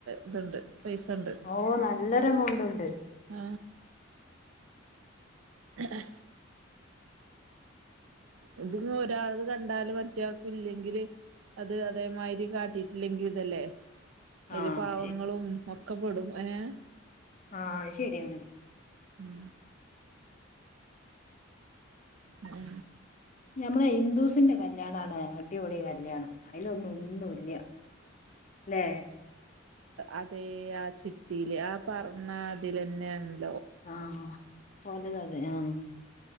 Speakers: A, on the right; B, on the left.
A: ഇതുണ്ട് പൈസ ഉണ്ട്
B: ഓ നല്ലൊരു എമൗണ്ട് ഉണ്ട്.
A: ആ ആഹ ഇത് ഇന്ന് ഒരാൾടേത് കണ്ടാല് മറ്റേയാൾക്ക് ഇല്ലെങ്കില് അത് അതേമാതിരി കാട്ടിയിട്ടില്ലെങ്കിൽ ഇതല്ലേ. അയ്ല്
B: ആഹ്
A: പാവങ്ങളും
B: ശരി
A: ഒക്കെ പെടും ഏഹ്
B: ആഹ് അഹ്ശെരിയാണ്
A: ഉം അത,
B: ഞമ്മള ഹിന്ദൂസിന്റെ കല്യാണാണ് അടിപൊളി കല്യാണം. അതിലന്നും ഒന്നുല്ല അല്ലേ?
A: അതെ ആ ചിട്ടിയില് ആ പറഞ്ഞ അതിലന്നെഒന്നു
B: ആഹ് പോലത അതെ ആഹ